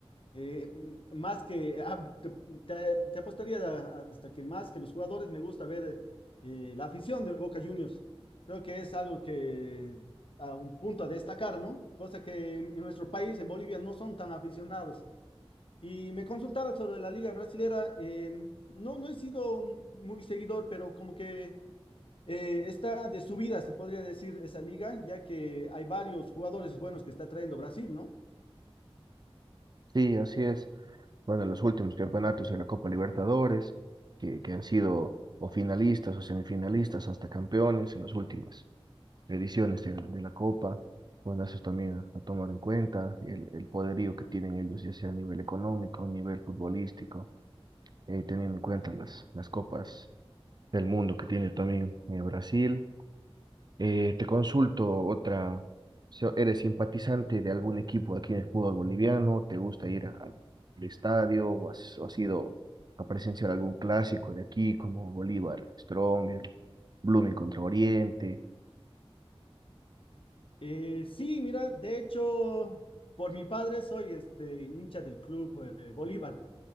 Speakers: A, on the left (about 60°); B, on the right (about 45°).
A: eh, mm, más que <laughs> ah, te, te- te apostaría a- hasta que más que los jugadores me gusta ver eh, la afición de Boca Juniors. Creo que es algo que a un punto a destacar, ¿no? Cosa que en, en nuestro país, en Bolivia, no son tan aficionados. Y me consultaba sobre la Liga Brasilera. eh, no, no he sido muy seguidor, pero como que eh, está de subida, se podría decir, esa liga, ya que hay varios jugadores buenos que está trayendo Brasil, ¿no?
B: Sí, así es. Bueno, los últimos campeonatos de la Copa Libertadores, que, que han sido o finalistas o semifinalistas hasta campeones en las últimas ediciones de la, de la Copa. Bueno, eso es también a, a tomar en cuenta, el, el poderío que tienen ellos, ya sea a nivel económico, a nivel futbolístico, eh, teniendo en cuenta las, las copas del mundo que tiene también eh, Brasil. Eh, te consulto otra, si ¿eres simpatizante de algún equipo aquí en el fútbol boliviano? ¿Te gusta ir a- al estadio o has, o has ido a presenciar algún clásico de aquí como Bolívar, Stronger, Blooming contra Oriente?
A: Eh, sí, mira, de hecho, por mi padre soy este hincha del club eh, Bolívar.